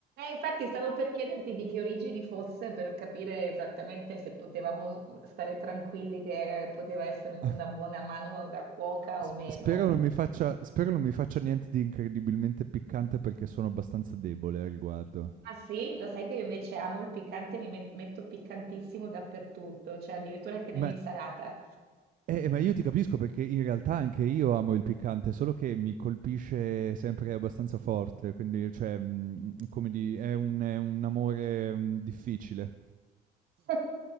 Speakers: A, on the right; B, on the right.
A: infatti stavo per chiederti di che origini fosse per capire esattamente se potevamo stare tranquilli che poteva essere
B: <laughs>
A: una buona mano da cuoca
B: S
A: o meno.
B: spero non mi faccia spero non mi faccia niente di incredibilmente piccante perché sono abbastanza debole a riguardo.
A: Ah sì, lo sai che io invece amo il piccante, mi met- metto piccantissimo dappertutto, cioè addirittura anche nell'insalata.
B: Ma Eh, eh, ma io ti capisco perché in realtà anche io amo il piccante, solo che mi colpisce sempre abbastanza forte, quindi cioè, mhmm, come di è un è un amore, mhmm, difficile.
A: <laughs>